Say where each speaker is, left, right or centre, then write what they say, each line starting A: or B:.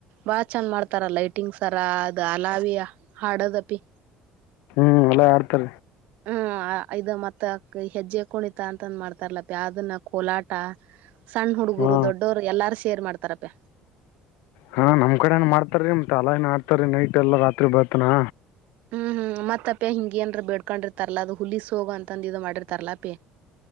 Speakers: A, on the right; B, on the left.
A: ಬಾ ಚಂದ ಮಾಡ್ತಾರ ಲೈಟಿಂಗ್ಸ್ರ ಅದ ಅಲಾವೀ ಹಾಡದಪಿ
B: ಹ್ಞ ಎಲ್ಲ ಆಡ್ತ್ರ
A: ಹ್ಮ ಮತ್ತ ಹೆಜ್ಜೆ ಕುಣಿತ ಅಂತ ಮಾಡ್ತಾರಲಪಿ ಅದನ್ನ ಕೋಲಾಟ ಸಣ್ಣ ಹುಡು ಹಗುರು
B: ಹಾ
A: ದೊಡ್ಡೋರು ಎಲ್ಲಾರು ಸೇರ್ ಮಾಡ್ತಾರಪ್ಪ
B: ಹಾ ನಮ್ ಕಡೆನ ಮಾಡ್ತಾರೀ ಮತ್ತ ಅಲೈನ್ ಆಡ್ತಾರ ನೈಟ್ ಎಲ್ಲ ರಾತ್ರಿ ಬತ್ನಾ
A: ಹ್ಮ್ ಹ್ಮ್ ಮತ್ತಪ್ಪೆ ಹಿಂಗೆೇನ್ರ ಬೇಡ್ಕೊಂಡಿರ್ತಾರಲ ಅದು ಹುಲಸ್ಗೋ ಅಂತಂದ ಇದು ಮಾಡಿರ್ತಾರಲಾ ಅಪ್ಯ